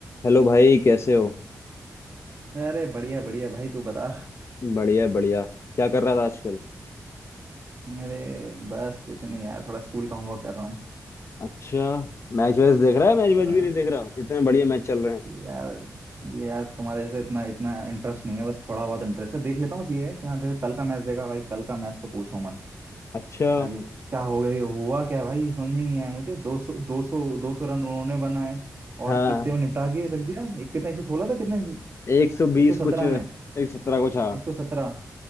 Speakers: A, on the left; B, on the right.
A: Hello भाई कैसे हो
B: अरे बढ़िया बढ़िया भाई तू बता
A: बढ़िया बढ़िया क्या कर रहा था आजकल
B: मेरे बस कुछ नहीं यार थोड़ा स्कूल का होमवर्क कर रहा हूँ
A: अच्छा मैच वैच देख रहा है मैच वैच
B: हाँ
A: भी नहीं देख रहा इतने बढ़िया मैच चल रहे हैं
B: यार ये यार तुम्हारे से इतना इतना इंटरेस्ट नहीं है बस थोड़ा बहुत इंटरेस्ट है देख लेता हूँ बस ये है कि हाँ जैसे कल का मैच देखा भाई कल का मैच तो पूछो मत
A: अच्छा
B: भाई क्या हो गया ये हुआ क्या है भाई समझ में नहीं आया मुझे दो सौ दो सौ दो सौ रन उन्होंने बनाए और
A: <laughs> हाँ
B: कितने में निपटा के रख दिया एक कितना एक सौ सोलह था कितने
A: एक सौ बीस
B: एक सौ सत्रह
A: कुछ एक
B: में
A: सत्रह कुछ हाँ
B: एक सौ सत्रह